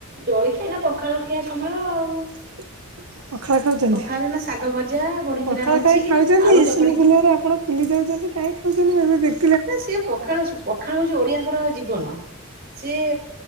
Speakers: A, on the right; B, on the right.
A: ଜଳିଖିଆ ଏଇନା ପଖାଳ ଖିଆ ସମୟ ଆଉ।
B: <inaudible> ପଖାଳ ଖାଉଛନ୍ତି
A: ପଖାଳରେ ନା ଶାଗ ଭଜା ବଢିଚୁରା
B: ପଖାଳ
A: ହଉଛି
B: କାଇଁ ଖାଉଛନ୍ତି
A: ଆଳୁ
B: ଇସନ
A: ଚକଡିକି
B: ଫୁଲିଆରେ ଆପଣ ଫୁ ଫୁଲି ଯାଉଚନ୍ତି କାହିଁକି ଖାଉଚନ୍ତି <inaudible>
A: ନା ସେ ପଖାଳ ସୁ ପଖାଳ ହୋଉଛି ଓଡିଆଙ୍କର ଜୀବନ। ସିଏ